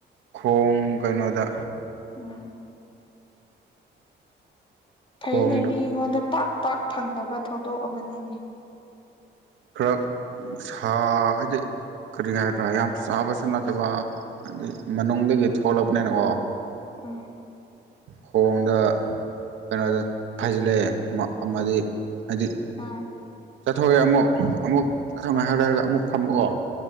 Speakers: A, on the right; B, on the left.
A: ꯈꯣꯡ ꯀꯩꯅꯣꯗ
B: ꯎꯝ ꯐꯩꯅꯦ
A: ꯈꯣꯡꯗ
B: ꯃꯤꯉꯣꯟꯗ ꯄꯥꯛ ꯄꯥꯛ ꯐꯪꯗꯕ ꯊꯧꯗꯣꯛ ꯑꯃꯅꯤꯅꯤ ꯫
A: ꯈꯔ ꯁꯥ ꯍꯥꯏꯗꯤ ꯀꯔꯤ ꯍꯥꯏꯗ꯭ꯔꯥ ꯌꯥꯝ ꯆꯥꯕꯁꯨ ꯅꯠꯇꯕ ꯑꯗꯨꯗꯤ ꯃꯅꯨꯡꯗꯒꯤ ꯊꯣꯛꯂꯛꯄꯅꯤꯅꯀꯣ
B: ꯎꯝ
A: ꯈꯣꯡꯗ ꯀꯩꯅꯣꯗ ꯐꯩꯖꯤꯜꯂꯛꯑꯦ ꯑꯃꯗꯤ ꯍꯧꯖꯤꯛ
B: ꯑꯥ
A: ꯆꯠꯊꯣꯛꯑꯦ ꯑꯃꯨꯛ ꯑꯃꯨꯛ ꯑꯊꯧ ꯉꯥꯏꯍꯔ ꯂꯩꯔꯒ ꯑꯃꯨꯛ ꯐꯕꯀꯣ